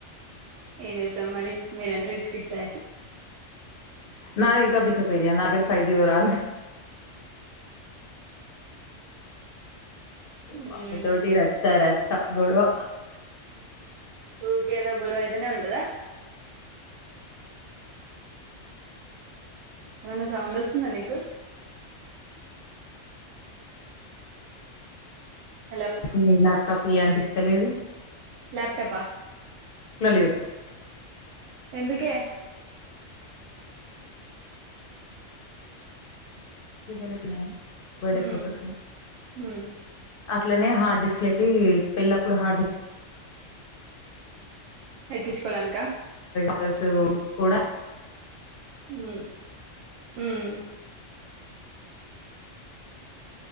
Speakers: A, on the right; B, on the left.
A: ఏం చేస్సాం మరి మీరంటే రిచ్ కిడ్సే
B: నా ఇంకా బి చెప్పు పెరియా నాగర్ ఫైవ్ జీ రాద్
A: మ్మ్
B: మమ్మీతోటి రచ్చ రచ్చ గొడవ
A: ఊకే ఏదో గొడవ ఐదనే ఉంటదా ఏమన్నా సౌండ్ వస్తుందా నీకు హలో
B: హ్మ్ ల్యాప్టాప్ ఇయి అంటే ఇస్తలేదు
A: ల్యాప్ టపా
B: లొల్లి వెట్నె
A: ఎందుకే
B: సుశలుకినే బర్డే
A: ఉమ్
B: ఫోటోస్
A: ఉమ్
B: అట్లనే హార్డ్ డిస్క్ లకి పెళ్లప్పుడు హార్డ్
A: ఏక్కిచ్చు కోలంక
B: డ్రస్సు కూడా
A: మ్మ్ హ్మ్